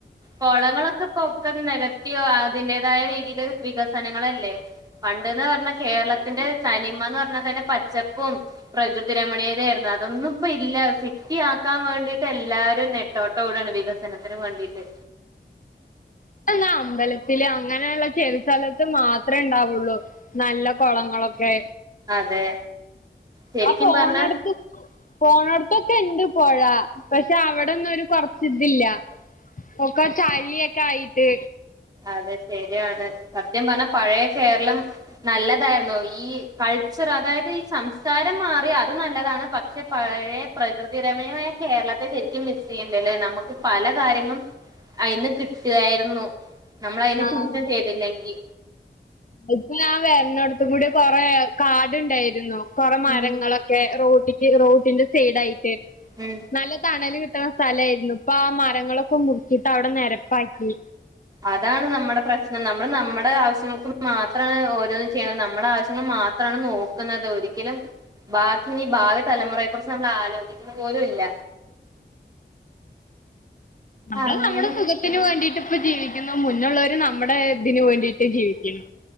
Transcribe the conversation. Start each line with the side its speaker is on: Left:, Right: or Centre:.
Right: കോളങ്ങളൊക്കെ പൊ ഒക്കെ നെരത്തിയോ അതിന്റെതായ രീതിയില് വികസനങ്ങളല്ലേ. പണ്ട്ന്ന്പർഞ്ഞാ കേരളത്തിന്റെ തനിമ ന്ന് പർഞ്ഞാതന്നെ പച്ചപ്പും പ്രകൃതി രമണീയതയായിരുന്നു. അതൊന്നും ഇപ്പ ഇല്ല. സിറ്റി ആക്കാവേണ്ടിട്ട് എല്ലാ ഷ്യൻ നെട്ടോട്ടോടാണ് വികസനത്തിന് വേണ്ടീട്ട്.
Left: <unintelligible> അമ്പലത്തില് അങ്ങനെള്ള ചെലെ സ്ഥലത്ത് മാത്രേ ണ്ടാവുള്ളു. നല്ല കൊളങ്ങളൊക്കെ
Right: അതെ ശരിക്കും
Left: ആ പോണട്ത്ത്
Right: പറഞ്ഞാൽ
Left: പോണോട്ത്തൊക്കെ ണ്ട് പൊഴ പഷെ അവിടൊന്നു ഒരു കൊർച്ച് ത് ല്ല. ഒക്ക ചളിയക്ക ആയിട്ട്
Right: അതെ. ശെര്യാണ്. സത്യം പർഞ്ഞ പഴയ കേര്ളം നല്ലതായിര്ന്നു ഈ കൾച്ചർ അതായത് ഈ സംസ്‌കാരം മാറി അതും നല്ലതാണ് പക്ഷെ പഴയെ പ്രകൃതിരമണീയമായ കേരളത്തെ ശെരിക്കും മിസ്യ്യ്ണ്ട്‌ ലെ നമുക്ക് പല കാര്യങ്ങളും അതിന് കിട്ട്വായിര്ന്നു. നമ്മൾ അയിനെ
Left: ആഹ്
Right: ചൂഷണം ചെയ്തില്ലെങ്കി
Left: ഇപ്പൊ ഞാൻ വെര്ന്നോട്ത്തു കൂടി കൊറെ കാട്ണ്ടായിരുന്നു. കൊറെ മരങ്ങളൊ
Right: ഉം
Left: ക്കെ റോട്ടിക്ക് റോട്ടിന്റെ സൈഡ ആയിട്ട്
Right: മ്ഹ്
Left: നല്ല തണല് കിട്ട്ണ സ്ഥലയിരുന്നു. പ്പാ മരങ്ങളൊക്കെ മുറിച്ചിട്ട് അവടെ നെരപ്പാക്കി
Right: അതാണ് നമ്മടെ പ്രശ്നം നമ്മള് നമ്മടെ ആവശ്യങ്ങൾക്ക് മാത്രാണ് ഓരോന്നു ചെയ്യുണത്. നമ്മടെ ആവശ്യങ്ങൾ മാത്ര ത്രാണ് നോക്ക്ന്നത് ഒരിക്കലും ബാക്കി നീ ഭാവി തലമുറയെ കുറിച്ച് നമ്മള് ആലോചിക്കുന്ന പോലും ഇല്ല.
Left: നമ്മള്
Right: അങ്ങനെ
Left: നമ്മുടെ സുഖത്തിന് വേണ്ടിട്ട് പ്പ ജീവിക്കുന്നു. മുന്നുള്ളവര് നമ്മുടെ ഇതിന് വേണ്ടിയിട്ട് ജീവിക്കുന്നു.